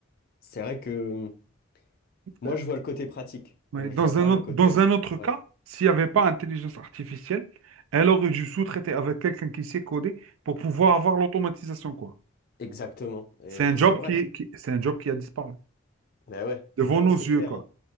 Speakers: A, on the left; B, on the right.
A: c'est vrai que hum, moi,
B: Euh,
A: je vois le côté pratique.
B: ouais,
A: Euh,
B: Dans
A: je vois pas
B: un autre,
A: le côté.
B: dans
A: inc-
B: un autre
A: Ouais,
B: cas, s'il n'y avait pas intelligence artificielle, elle aurait dû sous-traiter avec quelqu'un qui sait coder pour pouvoir avoir l'automatisation, quoi.
A: exactement. Et
B: C'est un job
A: c'est vrai.
B: qui, qui- c'est un job qui a disparu
A: Bah ouais.
B: devant
A: Non,
B: nos
A: c'est
B: yeux,
A: clair.
B: quoi.
A: hein.